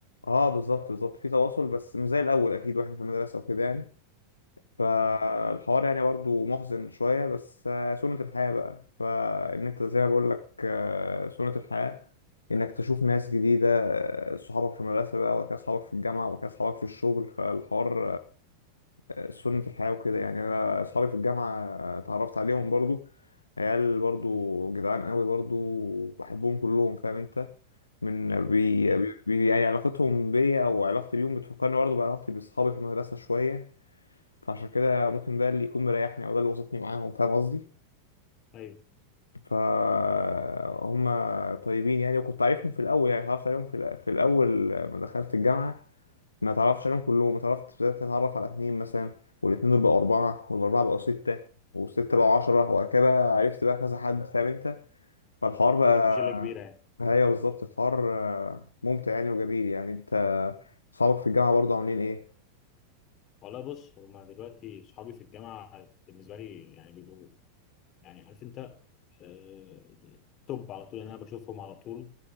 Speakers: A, on the left; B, on the left.
A: اه بالظبط بالظبط في تواصل بس مش زي الأول أكيد واحنا في المدرسة وكده يعني فالحوار
B: اه
A: يعني برضه محزن شوية بس آه، سنة الحياة بقى فإن أنت زي ما بقول لك آه، سنة الحياة إنك تشوف ناس جديدة آه، صحابك في المدرسة بقى وبعد كده صحابك في الجامعة وبعد كده صحابك في الشغل فالحوار آه، سنة الحياة وكده يعني أنا صحابي في الجامعة آه، اتعرفت عليهم برضه عيال برضو
B: مم.
A: جدعان قوي برضو بحبهم كلهم فاهم انت من بي,
B: ايوه
A: بي بي- يعني علاقتهم بيا او علاقتي بيهم بتفكرني برضو بعلاقتي باصحابي في المدرسه شويه فعشان كده ممكن ده اللي يكون مريحني او ده اللي وسطني معاهم فاهم قصدي
B: ايوه
A: فهم طيبين يعني وكنت عارفهم في الاول يعني اتعرفت عليهم في الأ- في الاول ما دخلت الجامعه ما اتعرفتش عليهم كلهم اتعرفت بدات اتعرف على اتنين مثلا والاتنين دول بقوا اربعه والاربعه بقوا سته والسته بقوا عشره وبعد كده بقى عرفت بقى كذا حد فاهم انت فالحوار
B: ما
A: بقى
B: بقيتوا شله كبيره يعني
A: <laughs> ايوه بالظبط الحوار آه، ممتع يعني وجميل يعني انت صحابك في الجامعه برضه عاملين ايه؟
B: والله بص هما دلوقتي صحابي في الجامعه بالنسبه لي يعني بيبقوا يعني عارف انت آه، توب على طول إن انا بشوفهم على طول